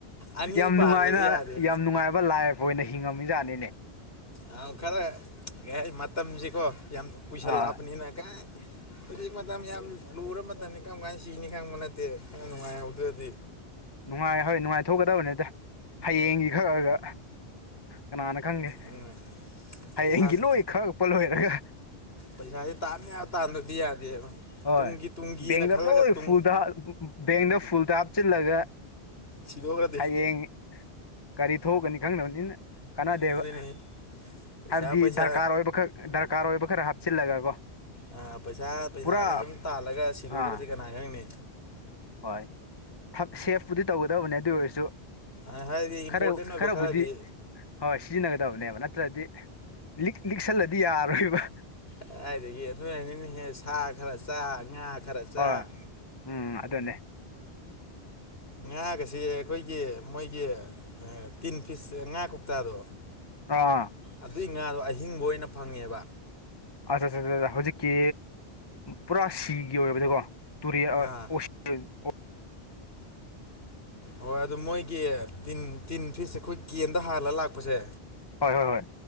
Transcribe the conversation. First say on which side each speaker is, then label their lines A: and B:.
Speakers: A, on the left; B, on the left.
A: ꯑꯅꯤ
B: ꯌꯥꯝ
A: ꯄꯥꯗ꯭ꯔꯗꯤ
B: ꯅꯨꯡꯉꯥꯏꯅ
A: ꯌꯥꯗꯦ
B: ꯌꯥꯝ ꯅꯨꯡꯉꯥꯏꯕ ꯂꯥꯏꯐ ꯑꯣꯏꯅ ꯍꯤꯡꯉꯝꯃꯤꯖꯥꯠꯅꯤꯅꯦ
A: ꯑ ꯈꯔ ꯌꯥꯏ ꯃꯇꯝꯁꯤꯀꯣ ꯌꯥꯝ ꯀꯨꯏꯁꯜꯂꯛꯄꯅꯤꯅ
B: ꯑꯥ
A: ꯀꯥꯏ ꯍꯧꯖꯤꯛ ꯃꯇꯝ ꯌꯥꯝ ꯂꯨꯔ ꯃꯇꯝꯅꯤ ꯀꯔꯝ ꯀꯥꯟ ꯁꯤꯅꯤ ꯈꯪꯕ ꯅꯠꯇꯦ ꯈꯔ ꯅꯨꯡꯉꯥꯏꯍꯧꯗ꯭ꯔꯗꯤ
B: ꯅꯨꯡꯉꯥꯏ ꯍꯣꯏ ꯅꯨꯡꯉꯥꯏꯊꯣꯛꯀꯗꯕꯅꯤꯠꯇ ꯍꯌꯦꯡꯒꯤ ꯈꯛꯑꯒ ꯀꯅꯥꯅ ꯈꯪꯅꯤ
A: ꯎꯝ
B: ꯍꯌꯦꯡꯒꯤ
A: ꯄꯩꯁꯥꯁꯦ
B: ꯂꯣꯏ ꯈꯛꯄ ꯂꯣꯏꯔꯒ
A: ꯄꯩꯁꯥꯥꯁꯦ ꯇꯥꯟ ꯌꯥꯕ ꯇꯥꯟꯗꯕꯗꯤ ꯌꯥꯗꯦꯕ
B: ꯍꯣꯏ
A: ꯇꯨꯡꯒꯤ ꯇꯨꯡꯒꯤꯅ
B: ꯕꯦꯡꯗ
A: ꯈꯜꯂꯒ
B: ꯂꯣꯏ
A: ꯇꯨꯡ
B: ꯐꯨꯜꯗ ꯕꯦꯡꯗ ꯐꯨꯜꯗ ꯍꯥꯞꯆꯤꯜꯂꯒ
A: ꯁꯤꯗꯣꯛꯈ꯭ꯔꯗꯤ
B: ꯍꯌꯦꯡ ꯀꯔꯤ ꯊꯣꯛꯒꯅꯤ ꯈꯪꯅꯕꯅꯤꯅ ꯀꯥꯟꯅꯥꯗꯦꯕ
A: ꯑꯗꯨꯅꯤ ꯄꯩꯁꯥ
B: ꯍꯥꯏꯕꯗꯤ
A: ꯄꯩꯁꯥ
B: ꯗꯔꯀꯥꯔ ꯑꯣꯏꯕ ꯈꯛ ꯗꯔꯀꯥꯔ ꯑꯣꯏꯕ ꯈꯔ ꯍꯥꯞꯆꯤꯜꯂꯒ ꯀꯣ
A: ꯑ ꯄꯩꯁꯥ ꯄꯩꯁꯥꯅ
B: ꯄꯨꯔꯥ
A: ꯁꯨꯝ ꯇꯥꯜꯂꯒ ꯁꯤꯗꯣꯛꯈ꯭ꯔꯗꯤ
B: ꯑꯥ
A: ꯀꯅꯥ ꯈꯪꯅꯤ
B: ꯍꯣꯏ ꯊꯛ ꯁꯦꯐꯄꯨꯗꯤ ꯇꯧꯒꯗꯕꯅꯦ ꯑꯗꯨ ꯑꯣꯏꯔꯁꯨ
A: ꯍꯥ ꯍꯥꯏꯗꯤ
B: ꯈꯔ
A: ꯏꯝꯄꯣꯔꯇꯦꯟ ꯑꯣꯏꯕ
B: ꯈꯔꯕꯨꯗꯤ
A: ꯈꯔꯗꯤ
B: ꯍꯣꯏ ꯁꯤꯖꯤꯟꯅꯒꯗꯕꯅꯦꯕ ꯅꯠꯇ꯭ꯔꯗꯤ ꯂꯤꯛ ꯂꯤꯛꯁꯜꯂꯗꯤ ꯌꯥꯔꯣꯏꯕ
A: ꯀꯗꯥꯏꯗꯒꯤ ꯑꯗꯨꯅꯅꯤꯅꯦꯍꯦ ꯁꯥ ꯈꯔ ꯆꯥ ꯉꯥ ꯈꯔ ꯆꯥ
B: ꯍꯣꯏ ꯎꯝ ꯑꯗꯨꯅꯦ
A: ꯉꯥꯒꯁꯤ ꯑꯈꯣꯏꯒꯤ ꯃꯣꯏꯒꯤ ꯇꯤꯟ ꯐꯤꯁ ꯉꯥ ꯀꯣꯛꯇꯥꯗꯣ
B: ꯑꯥ
A: ꯑꯗꯨꯏ ꯉꯥꯗꯣ ꯑꯍꯤꯡꯕ ꯑꯣꯏꯅ ꯐꯪꯉꯦꯕ
B: ꯑꯆꯥ ꯆꯥ ꯆꯥ ꯆꯥ ꯍꯧꯖꯤꯛꯀꯤ ꯄꯨꯔꯥ ꯁꯤꯒꯤ ꯑꯣꯏꯕꯗꯀꯣ ꯇꯨꯔꯦꯜ ꯑ
A: ꯑꯥ
B: ꯑꫭ <unintelligible> ꯑꯣ
A: ꯍꯣꯏ ꯑꯗꯨ ꯃꯣꯏꯒꯤ ꯇꯤꯟ ꯇꯤꯟ ꯐꯤꯁ ꯑꯩꯈꯣꯏ ꯀꯦꯟꯗ ꯍꯥꯜꯂ ꯂꯥꯛꯄꯁꯦ꯫
B: ꯍꯣꯏ ꯍꯣꯏ ꯍꯣꯏ